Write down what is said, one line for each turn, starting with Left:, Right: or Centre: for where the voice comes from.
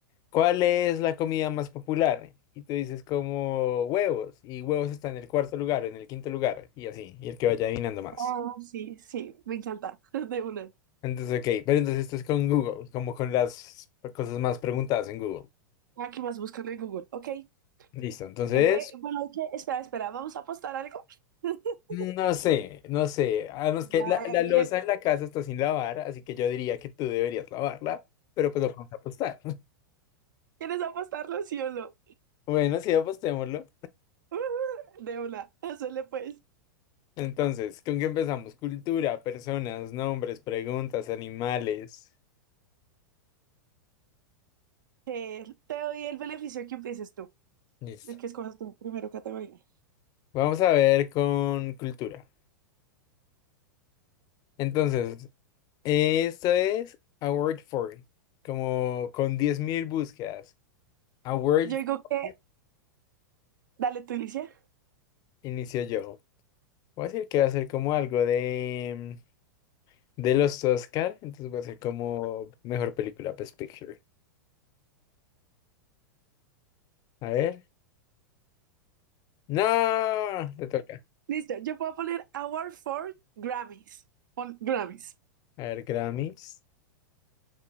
Left: ¿cuál es la comida más popular? Y tú dices como huevos, y huevos está en el cuarto lugar, en el quinto lugar, y así, y el que vaya adivinando más.
Right: Ah, sí, sí, me encanta. <laughs> De una.
Left: Entonces, ok, pero entonces esto es con Google, como con las cosas más preguntadas en Google.
Right: Ah, ¿qué más? Búscalo en Google. Ok. En
Left: Listo, entonces,
Right: vez- Bueno, ¿qué? Espera, espera, ¿vamos a apostar algo? <laughs>
Left: no sé, no sé. Además que la,
Right: Ay,
Left: la loza en la casa está sin lavar, así que yo diría que tú deberías lavarla, pero pues lo vamos a apostar. <laughs>
Right: ¿Quieres apostarlo, sí o no?
Left: Bueno, sí, apostémoslo.
Right: <laughs> De una, hazle pues.
Left: Entonces, ¿con qué empezamos? Cultura, personas, nombres, preguntas, animales.
Right: Eh, te doy el beneficio que empieces tú,
Left: Listo.
Right: el que escojas tu primero categoría.
Left: Vamos a ver con cultura. Entonces, esto es A Word For It, como con 10.000 búsquedas. A Word
Right: Yo digo que,
Left: for It
Right: dale tú, Alicia.
Left: inicio yo. Voy a decir que va a ser como algo de, de los Oscar, entonces va a ser como mejor película, Best Picture. A ver. No, te toca.
Right: Listo, yo puedo poner Award for Grammys. Pon Grammys.
Left: A ver, Grammys.